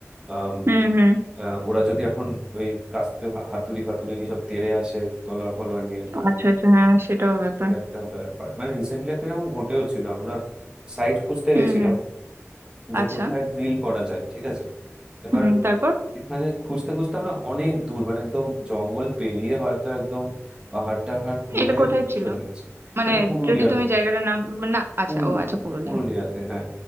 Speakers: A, on the right; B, on the right.
A: আম,
B: হুম হুম
A: আহ, ওরা যদি এখন ওই কাস্তে হাতুড়ি ফাতুড়ি নিয়ে সব তেড়ে আসে তলোয়ার ফলোয়ার নিয়ে তো
B: আচ্ছা আচ্ছা হ্যাঁ সেটাও ব্যাপার
A: এটা একটা ব্যাপার মানে রিসেন্টলি একটা এরকম ঘটেও ছিল আমরা সাইট খুঁজতে
B: হুম
A: গেছিলাম
B: হুম
A: যে
B: আচ্ছা
A: কোথায় ড্রিল করা যায় ঠিক আছে এবার
B: হুম তারপর
A: এখানে খুঁজতে খুঁজতে আমরা অনেক দূর মানে একদম জঙ্গল পেরিয়ে হয়তো একদম পাহাড় টাহাড় ঘুরে
B: এটা কোথায় ছিল
A: চলে গেছি
B: মানে
A: এটা পুরুলিয়ার
B: যদি তুমি জায়গাটার নাম না আচ্ছা
A: পুরুলিয়া
B: ও আচ্ছা পুরুলিয়া
A: পুরুলিয়াতে হ্যাঁ